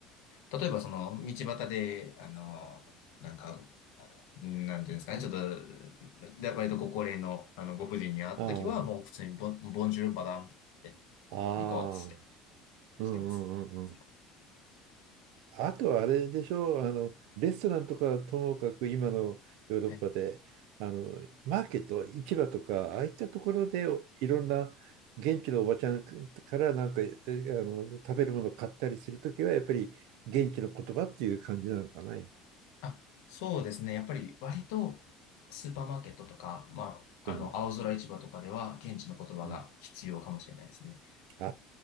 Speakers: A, on the left (about 80°); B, on the right (about 75°).
A: 例えばその道端で、あの、なんか、なんていうんですかね、ちょっと、で割とご高齢の、あのご婦人に会ったときは、
B: あ
A: もう普通にボン、ボンジュールマダムとか言って、
B: あ、ああ、
A: ニコってして、
B: うんうんうんうん。
A: してます。いつも。
B: あとはあれでしょう、あの、レストランとかともかく今のヨーロッパで、
A: はい。
B: あの、マーケット、市場とか、ああいったところでいろんな現地のおばちゃんからなんか、えあの、食べるものを買ったりするときは、やっぱり現地の言葉っていう感じなのかね。
A: あ、そうですね。やっぱり割とスーパーマーケットとか、まあ、
B: うん
A: あの、青空市場とかでは現地の言葉が必要かもしれないですね。
B: うん。あ